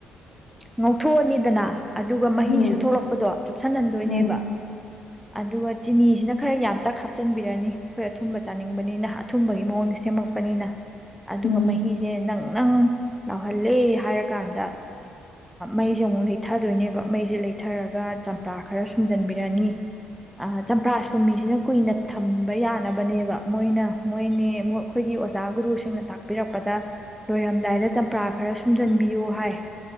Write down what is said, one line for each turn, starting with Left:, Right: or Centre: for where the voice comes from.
Centre: ꯉꯧꯊꯣꯛꯑꯅꯤꯗꯅ ꯑꯗꯨꯒ ꯃꯍꯤꯁꯨ
Left: ꯎꯝ
Centre: ꯊꯂꯛꯄꯗꯣ ꯆꯨꯞꯁꯤꯟꯍꯟꯗꯣꯏꯅꯦꯕ
Left: ꯎꯝ
Centre: ꯑꯗꯨꯒ ꯆꯤꯅꯤꯁꯤꯅ ꯈꯔ ꯌꯥꯝꯇꯛ ꯍꯥꯞꯆꯤꯟꯕꯤꯔꯅꯤ ꯑꯩꯈꯣꯏ ꯑꯊꯨꯝꯕ ꯆꯥꯅꯤꯡꯕꯅꯤꯅꯍ ꯑꯊꯨꯝꯕꯒꯤ ꯃꯑꯣꯡꯗ ꯁꯦꯝꯃꯛꯄꯅꯤꯅ ꯑꯗꯨꯒ
Left: ꯎꯝ
Centre: ꯃꯍꯤꯁꯦ ꯅꯪ ꯅꯪ ꯂꯥꯎꯍꯜꯂꯦ ꯍꯥꯏꯔꯀꯥꯟꯗ ꯃꯩꯁꯦ ꯑꯃꯨꯛ ꯂꯩꯊꯗꯣꯏꯅꯦꯕ ꯃꯩꯁꯦ ꯂꯩꯊꯔꯒ ꯆꯝꯄ꯭ꯔꯥ ꯈꯔ ꯁꯨꯝꯖꯟꯕꯤꯔꯅꯤ ꯆꯝꯄ꯭ꯔꯥ ꯁꯨꯝꯃꯤꯁꯤꯅ ꯀꯨꯏꯅ ꯊꯝꯕ ꯌꯥꯅꯕꯅꯦꯕ ꯃꯣꯏꯅ ꯃꯣꯏꯅꯦ ꯑꯩꯈꯣꯏꯒꯤ ꯑꯣꯖꯥ ꯒꯨꯔꯨꯁꯤꯡꯅ ꯇꯥꯛꯄꯤꯔꯛꯄꯗ ꯂꯣꯏꯔꯝꯗꯥꯏꯗ ꯆꯝꯄ꯭ꯔꯥ ꯈꯔ ꯁꯨꯝꯖꯤꯟꯕꯤꯌꯣ ꯍꯥꯏ